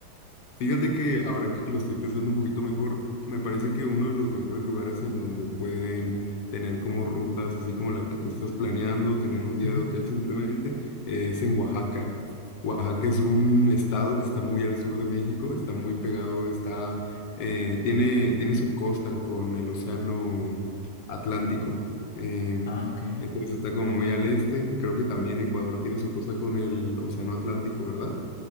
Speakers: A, on the left; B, on the left.
A: Fíjate que ahora que lo estoy pensando un poquito mejor, me parece que uno de los mejores lugares en donde pueden tener como rutas, así como la que tú estás planeando, tener un día
B: Ujú.
A: de hotel simplemente, eh, es en Oaxaca. Oaxaca es un estado que está muy al sur de México, está muy pegado, está, eh, tiene, tiene su costa con el océano Atlántico. eh,
B: Ah, ok.
A: entonces está como muy al este. Creo que también Ecuador tiene su costa con el océano Atlántico, ¿verdad?